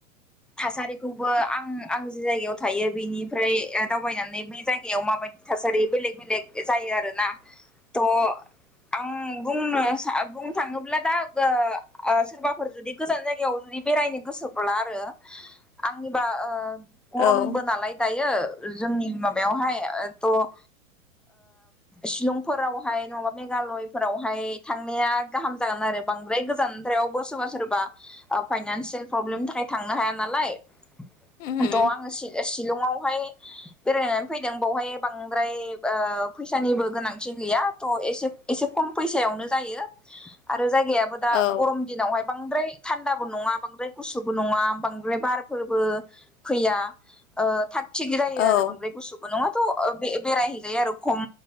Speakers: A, in the centre; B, on the left (about 65°).
A: थासारिखौबो आं आं जि जायगायाव थायो बैनिफ्राय दावबायनानै बे जायगायाव माबाय थासारि बेलेक बेलेक जायो आरोना थ' आं बुंनो सा बुंनो थाङोब्ला दा ओ ओ सोरबाफोर जुदि गोजान जायगायाव बिदि बेरायनो गोसोब्ला आरो आंनिबा ओ
B: औ
A: गरमबो नालाय दायो जोंनि माबायावहाय ओ थ' ओ सिलंफोरावहाय नङाबा मेगालयफोरावहाय थांनाया गाहाम जागोन आरो। बांद्राय गोजानद्रायावबो सोरबा सोरबा फाइनानसियेल फ्रब्लेमनि थाखाय थांनो हाया नालाय
B: उम
A: द आङो सिले सिलंआवहाय बेरायनानै फैदों बावहाय बांद्राय ओ फैसानिबो गोनांथि गै या थ' एसे एसे खम फैसायावनो जायो आरो जाय गायाबो दा
B: औ
A: गरम दिनावहाय बांद्राय थानदाबो नङा बांद्राय गुसुबो नङा बांद्राय बारफोर बो फैया ओ थाग थिग जायो
B: औ
A: आरो बांद्राय गुसुबो नङा थ' बे-बेरायहैजायो आरो खम